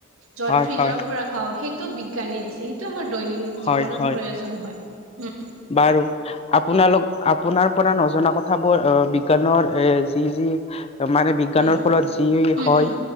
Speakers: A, on the right; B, on the left.
A: য'ত
B: হয়
A: ফ্ৰিজৰ
B: হয়
A: পৰা খাওঁ সেইটো বিজ্ঞানে দিছে সেইটো আমাৰ দৈনন্দিন
B: হয়
A: জীৱনত
B: হয়
A: প্ৰয়োজন হয় উম
B: বাৰু আপোনালোক আপোনাৰ পৰা নজনা কথাবোৰ অহ বিজ্ঞানৰ এ যি যি মানে বিজ্ঞানৰ
A: উম
B: ফলত যি
A: উম
B: হয়
A: উম